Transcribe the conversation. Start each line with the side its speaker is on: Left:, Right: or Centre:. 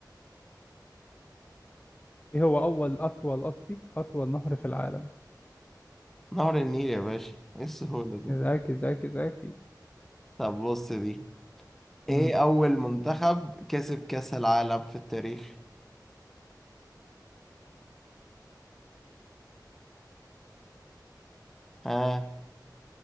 Left: إيه هو أول أطول قصدي أطول نهر في العالم
Centre: نهر النيل يا باشا إيه السهولة دي؟
Left: ذكي ذكي ذكي
Centre: طب بص دي ايه
Left: أمم
Centre: اول منتخب كسب كأس العالم في التاريخ ها